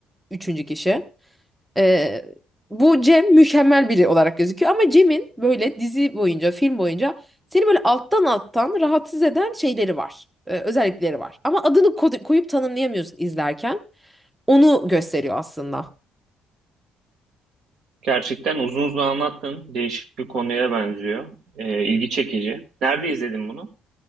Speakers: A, in the centre; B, on the right.
A: Üçüncü kişi. Ee, bu Cem mükemmel biri olarak gözüküyor ama Cem'in böyle dizi boyunca, film boyunca seni böyle alttan alttan rahatsız eden şeyleri var, Ee, özellikleri var. Ama adını ko- koyup tanımlayamıyorsun izlerken. Onu gösteriyor aslında.
B: Gerçekten uzun uzun anlattın. Değişik bir konuya benziyor. E, ilgi çekici. Nerede izledin bunu?